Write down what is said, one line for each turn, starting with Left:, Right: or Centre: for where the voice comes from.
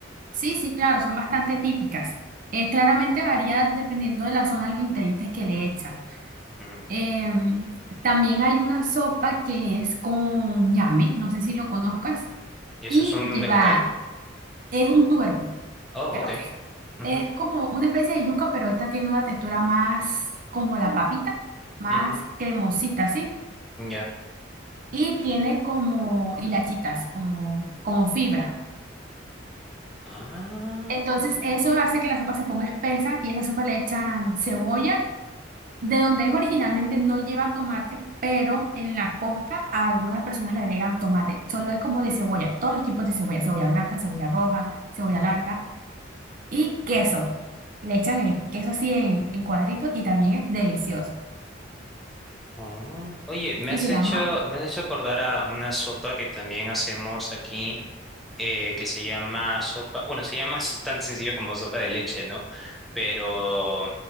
Right: Sí, sí, claro, son bastante típicas. Eh, claramente varía dependiendo de la zona los ingredientes que le echan.
Centre: Mm,
Right: Em, también hay una sopa que es con ñame, no sé si lo conozcas.
Centre: ¿Eso
Right: y
Centre: es un
Right: lleva,
Centre: vegetal?
Right: es un tubérculo,
Centre: Oh,
Right: creo
Centre: ok.
Right: que.
Centre: Ujú,
Right: Es como una especie de yuca, pero esta tiene una textura más como la papita, más
Centre: ujú,
Right: cremosita, ¿sí?
Centre: Ya.
Right: Y tiene como hilachitas, como, como fibra.
Centre: Ah,
Right: Entonces
Centre: mira.
Right: eso hace que la sopa se ponga espesa y a esa sopa le echan cebolla, de donde es originalmente no lleva tomate, pero en la costa a algunas personas le agregan tomate. Solo es como de cebolla, todos los tipos de cebolla, cebolla blanca, cebolla roja, cebolla larga y queso. Le echan el queso así en, en cuadritos y también es delicioso.
Centre: Ah, Oye, me
Right: Y
Centre: has
Right: se
Centre: hecho,
Right: llama,
Centre: me has hecho acordar a una sopa que también hacemos aquí, eh, que se llama sopa, bueno, se llama s- tan sencillo como sopa de leche, ¿no? Pero